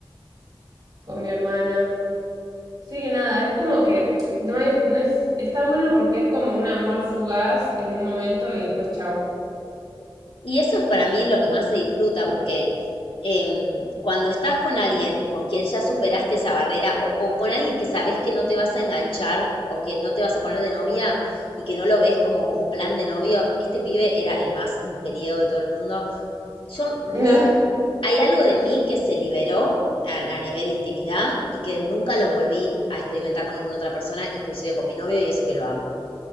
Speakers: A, on the right (about 45°); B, on the left (about 75°).
A: con mi hermana. Sí que nada, es como que no es, no es, está bueno porque es como un amor fugaz en un momento y después chau. <laughs>
B: Y eso es para mí lo que más se disfruta porque em, cuando estás con alguien con quien ya superaste esa barrera o, o con alguien que sabes que no te vas a enganchar o que no te vas a poner de novia y que no lo ves como un plan de novio, este pibe era el más mujeriego de todo el mundo Yo, me
A: Nah.
B: s- hay algo de mí que se liberó a, a nivel intimidad y que nunca lo volví a experimentar con ninguna otra persona, inclusive con mi novio, y eso que lo amo.